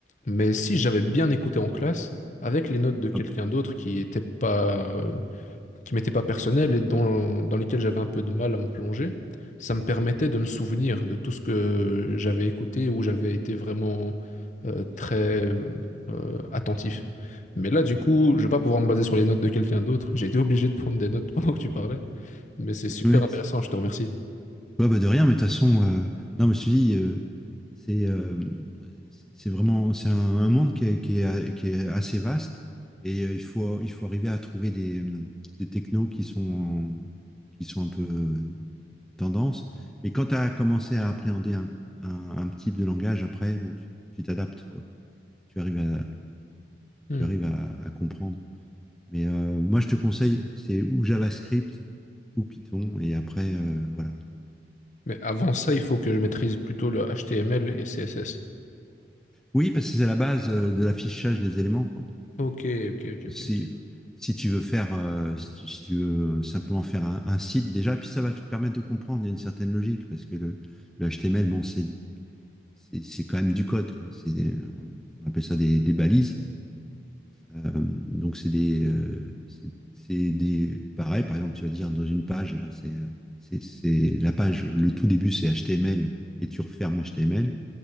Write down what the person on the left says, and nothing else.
Mais si j'avais bien écouté en classe, avec les notes de quelqu'un
d'autre qui n'était pas, euh, qui m'étaient pas personnelles et dont dans lesquelles j'avais un peu de mal à me plonger, ça me permettait de me souvenir de tout ce que j'avais écouté, où j'avais été vraiment euh, très euh, attentif. Mais là, du coup, je vais pas pouvoir me baser sur les notes de quelqu'un d'autre. J'ai été obligé de prendre des notes <laughs> pendant que tu parlais, mais c'est super
intéressant, je te remercie.
Hmm.
Mais avant ça, il faut que je maîtrise plutôt le HTML et CSS.
Ok, ok, ok,
ok, ok.